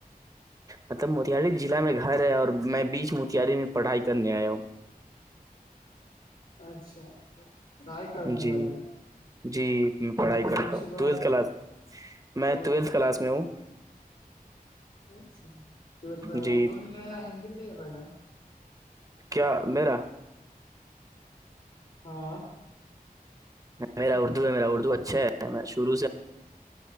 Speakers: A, on the right; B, on the left.
A: مطلب موتاری ضلع میں گھر ہے اور میں بیچ موتاری میں پڑھائی کرنے آیا ہوں
B: اچھا پڑھائی کر رہے
A: جی
B: بھائی جان
A: جی میں پڑھائی کرتا
B: کون
A: ہوں
B: سی پڑھائی
A: ٹویلتھ
B: کر
A: کلاس میں
B: کون
A: ٹویلتھ کلاس میں ہوں
B: اچھا
A: جی
B: اردو لیے یا ہندی لیے ہے میں بھائ جان
A: کیا میرا
B: ہاں
A: میرا اردو ہے میرا اردو اچھا ہے میں شروع سے